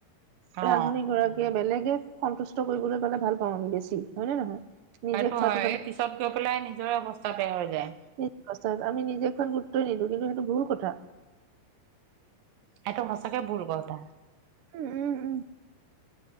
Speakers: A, on the right (about 85°); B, on the right (about 65°).
A: অ
B: ৰান্ধনী গৰাকীয়ে বেলেগে সন্তুষ্ট কৰিবলৈ গলে ভাল পাওঁ আমি বেছি, হয়নে নহয়? নিজে
A: সেটো
B: খোৱাটোত
A: হয়,
B: আমি
A: পিছত গৈ পেলাই নিজৰে অৱস্থা বেয়া হৈ যায়।
B: <unintelligible> আমি নিজেখন গুৰুত্বই নিদিওঁ, কিন্তু সেইটো ভুল কথা।
A: এইটো সঁচাকে ভুল কথা।
B: উম উম উম।